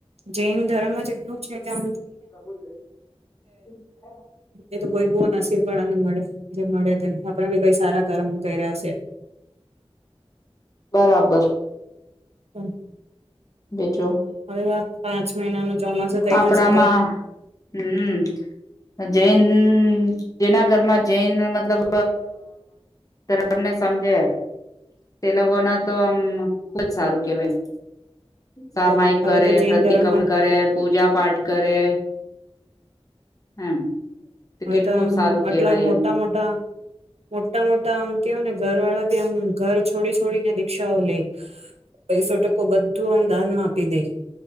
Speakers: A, on the right; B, on the left.
A: જૈન ધર્મ જ એ છે કેમ
B: <inaudible>
A: એ તો કોઈ બહુ નસીબ વાળા ને મળે જે મળે તેમ આપડ બી કઈ સારા કરમ કર્યા છે.
B: બરાબર
A: હમ્.
B: બીજું
A: હવે વા પાંચ મહિના ન ચોમાસું થઇ
B: આપણામાં
A: જશે તો
B: હમ જૈન જેના ઘરમાં જૈન મતલબ ધર્મને સમજે તે લોકો ના તો આમ ખુજ સારું કેહેવાય. સામાયિક
A: તો હવે
B: કરે,
A: તો જૈન
B: પ્રતિક્રમણ
A: ધર્મમાં
B: કરે, પૂજા પાઠ કરે. એમ
A: હવે
B: કેટલું
A: તો આમ
B: સારું
A: આટલા
B: કેવાય
A: મોટા
B: એમ
A: મોટા મોટા મોટા આમ કેવું ને ઘર વાળા બી આમ ઘર છોડી છોડીને દીક્ષાઓ લઈ પૈસો ટકો બ તું આમ દાન મા આપી દઈ.